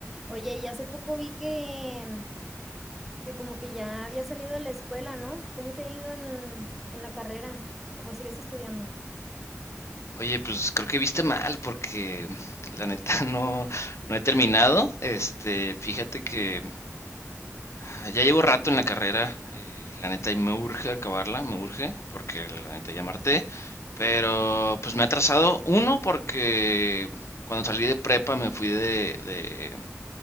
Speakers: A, in the centre; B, on the left (about 60°).
A: Oye, y hace poco vi que, que como que ya había salido de la escuela, ¿no? ¿Cómo te ha ido en, en la carrera? ¿O sigues estudiando?
B: Oye, pues creo que viste mal porque la neta <laughs> no, no he terminado. Este, fíjate que ah, ya llevo rato en la carrera eh, y la neta y me urge acabarla, me urge porque la neta ya marté, pero pues me ha atrasado uno porque cuando salí de prepa me fui de,